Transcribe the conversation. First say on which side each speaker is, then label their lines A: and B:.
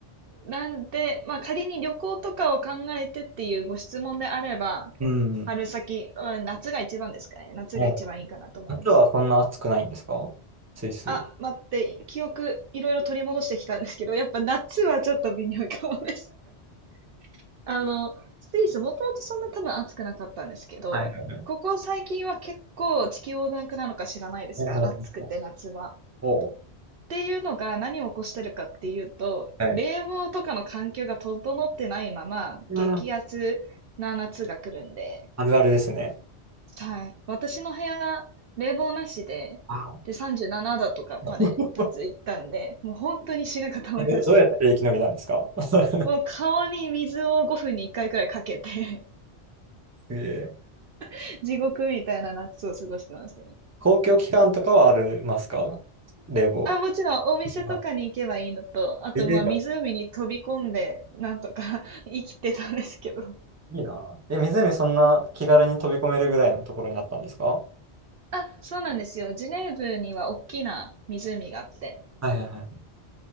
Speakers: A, on the right; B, on the right.
A: なんで、まあ仮に旅行とかを考えてっていうご質問であれば、
B: うん。
A: 春先、うん夏が一番ですかね。夏が一番いいかなと思います。
B: もう、夏はそんな暑くないんですかスイス。
A: あ、
B: <laughs>
A: 待って、記憶いろいろ取り戻してきたんですけど、やっぱ夏はちょっと微妙かもです。<laughs> あの、スイスもともとそんな多分暑くなかったんですけど、
B: はいはいはい。
A: ここ最近は結構地球温暖化なのか知らないですが、
B: お
A: 暑くて夏は。
B: お
A: っ
B: おー
A: ていうのが何を起こしてるかっていうと、
B: はい。
A: 冷房とかの環境が整ってないまま激アツな夏が来るんで、
B: うわーあるあるですね。
A: はい。私の部屋、冷房なしで、
B: あお
A: で、37度とかまで夏行ったんで、
B: <laughs>
A: もう本当に死ぬかと思いました。
B: え、ど、どうやって生き延びたんですか <laughs>
A: もう顔に水を5分に1回くらいかけて
B: すげえ。
A: <laughs> 地獄みたいな夏を過ごしてましたね。
B: 公共機関とかはありますか冷房。
A: あ、もちろんお店とかに行けばいいのと、
B: あ
A: あとまあ湖に飛び込んでなんとか
B: 冷房
A: <laughs> 生きてたんですけど。
B: <laughs> いいな。え、湖そんな気軽に飛び込めるぐらいのところにあったんですかは
A: あ、そうなんですよ。ジュネーブには大きな湖があって、
B: いはいはい。